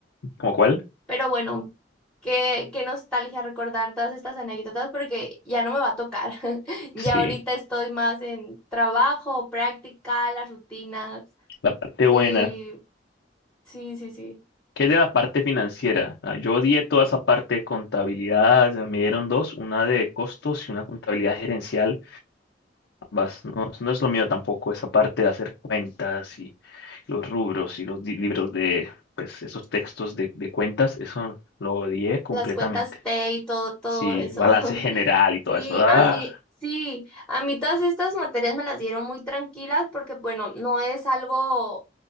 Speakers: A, on the left; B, in the centre.
A: ¿Cómo cuál?
B: Pero bueno, qué, qué nostalgia recordar todas estas anécdotas porque ya no me va a tocar. <laughs> Ya
A: Sí,
B: ahorita estoy más en trabajo, práctica, las rutinas
A: la parte buena.
B: y sí, sí, sí.
A: ¿Qué es de la parte financiera? Ah, Yo odié toda esa parte de contabilidad, me dieron dos, una de costos y una contabilidad gerencial. Ambas, no, no es lo mío tampoco, esa parte de hacer cuentas y los rubros y los di- libros de, pues, esos textos de, de cuentas, eso lo odié completamente.
B: Las cuentas T y todo, todo
A: Sí,
B: eso.
A: balance
B: <laughs>
A: general y todo
B: Sí,
A: eso. ¡ah!
B: a mí, sí, a mí todas estas materias me las dieron muy tranquilas porque, bueno, no es algo,